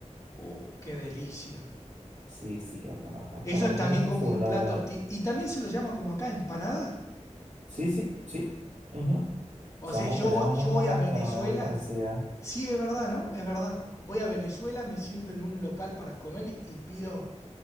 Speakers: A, on the left; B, on the right.
A: Oh, qué delicia.
B: Sí, sí, hermano, tal
A: Eso
B: cual, a
A: es
B: mí
A: también
B: me gusta
A: como
B: full,
A: un
B: la
A: plato.
B: verdad.
A: ti- Y también se lo llama como acá, empanada.
B: Sí, sí, sí, ujú.
A: O
B: Somos,
A: sea, yo
B: tenemos
A: voy, yo
B: una
A: voy
B: gastronomía
A: a Venezuela.
B: muy parecida.
A: Sí, es verdad, ¿no? Es verdad. Voy a Venezuela, me siento en un local para comer y pido